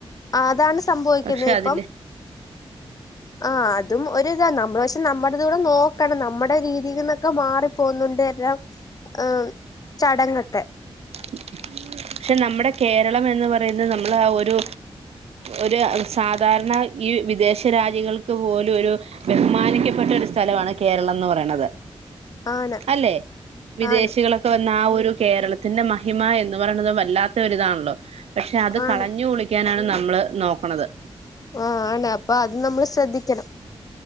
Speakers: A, on the left; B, on the right.
A: അതാണ് സംഭവിക്കുന്നത്
B: പക്ഷെ
A: ഇപ്പം
B: അതില്
A: ആ അത് അതും ഒര് ഇതാ നമ്മള് പക്ഷെ നമ്മടേത് കൂടെ നോക്കണം നമ്മുടെ രീതിയിൽ നിന്നൊക്കെ മാറി പോുന്നുണ്ട് എല്ലാം ആ ചടങ്ങൊക്കെ
B: ഉം <unintelligible> പക്ഷെ നമ്മുടെ കേരളം എന്ന് പറയുന്നത് നമ്മൾ ഒരു ഒരു സാധാരണ ഈ വിദേശ രാജ്യങ്ങൾക്ക് പോലും ഒരു ബഹുമാനിക്കപ്പെട്ട ഒരു സ്ഥലമാണ് കേരളം എന്ന് പറയണത്
A: ആണ്
B: അല്ലെ വിദേശികളൊക്കെ
A: ആണ്
B: വന്ന ആ ഒരു കേരളത്തിന്റെ മഹിമ എന്ന് ന്ന് പറയണത് വല്ലാത്ത ഒരിതാണല്ലോ പക്ഷെ അത് കളഞ്ഞു
A: ആണ്
B: കുളിക്കാനാണ് നമ്മള് നോക്കണത്
A: ആ ആണ് അപ്പൊ അത് നമ്മള് ശ്രദ്ധിക്കണം